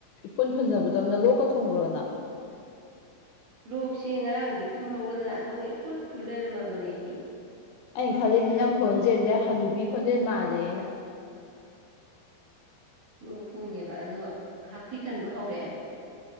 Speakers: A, on the left; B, on the right.
A: ꯏꯐꯨꯟ ꯐꯨꯟꯖꯕꯗꯧꯅ ꯂꯣꯛꯀ ꯊꯨꯡꯕ꯭ꯔꯣ ꯅꯪ
B: ꯂꯣꯛꯁꯦ ꯉꯔꯥꯡꯗꯤ ꯇꯨꯝꯍꯧꯕꯗ ꯅꯇꯣꯟꯒ ꯏꯐꯨꯟꯐꯨꯟ ꯂꯩꯔꯝꯃꯕꯅꯦ ꯃꯦ
A: ꯑꯩꯅ ꯈꯜꯂꯤꯅꯦ ꯅꯪ ꯈꯣꯟꯖꯦꯜꯁꯦ ꯍꯅꯨꯕꯤ ꯈꯣꯟꯖꯦꯜ ꯃꯥꯂꯦꯅ
B: ꯂꯣꯛ ꯊꯨꯡꯉꯦꯕ ꯑꯗꯣ ꯍꯥꯊꯤ ꯈꯟꯕ ꯍꯧꯔꯛꯑꯦ